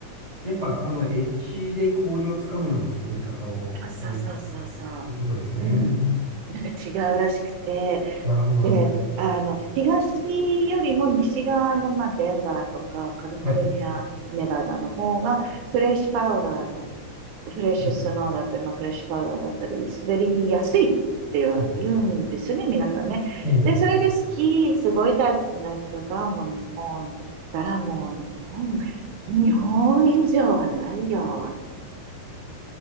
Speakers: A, on the left (about 15°); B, on the right (about 80°).
A: やっぱ、あの、エッジで氷をつかむような滑り方をする
B: あそうそうそうそう。
A: ということですね。
B: うん。なんか違うらしくて。
A: なるほど、なるほど。
B: で、あの、東よりも西側の、まあ、デンバーとかカリフォルニア、
A: はい。
B: ネバダの方が、フレッシュパウダーのフレッシュスノーだったり、
A: はい。
B: まあ、フレッシュパウダーだったり、滑りやすいっては言うんですよね、
A: はい。
B: 皆さんね。
A: ええ。
B: で、それでスキー、すごい大好きな人が、もう日本行ったらもう日本、日本以上はないよ。